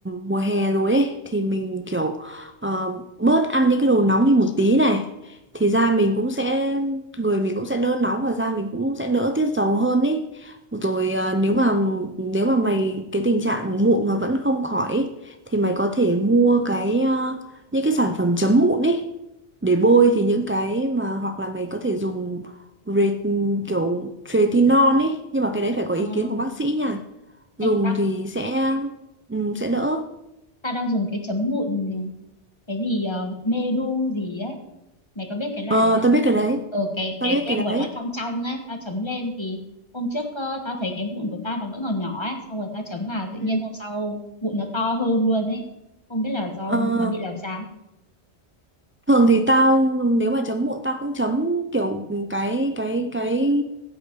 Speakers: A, on the right; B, on the left.
A: mùa hè rồi ấy thì mình kiểu ờ, bớt ăn những cái đồ nóng đi một tí này thì da mình cũng sẽ người mình cũng sẽ đỡ nóng và da mình cũng sẽ đỡ tiết dầu hơn ý. Rồi ờ, nếu mà nếu mà mày cái tình trạng mụn mà vẫn không khỏi ý, thì mày có thể mua cái ờ, những cái sản phẩm chấm mụn ý để bôi thì những cái mà hoặc là mày có thể dùng re, kiểu retinol ấy nhưng mà cái đấy phải có ý
B: uh,
A: kiến của bác sĩ nha dùng
B: hay tao
A: thì sẽ ừm, sẽ đỡ
B: ta đang dùng cái chấm mụn cái gì ờ, medu gì ấy mày có biết cái loại
A: ờ,
B: đấy
A: tao
B: không
A: biết cái đấy
B: ờ cái
A: tao
B: cái
A: biết
B: kem
A: cái
B: của
A: đấy
B: nó trong trong ấy tao chấm lên thì hôm trước ờ, tao thấy cái mụn của tao nó vẫn còn nhỏ ấy xong rồi tao chấm vào tự
A: Ừ.
B: nhiên hôm sau mụn nó to hơn luôn ấy không biết là do
A: Ờ,
B: nó bị làm sao
A: thường thì tao nếu mà chấm mụn tao cũng chấm kiểu cái cái cái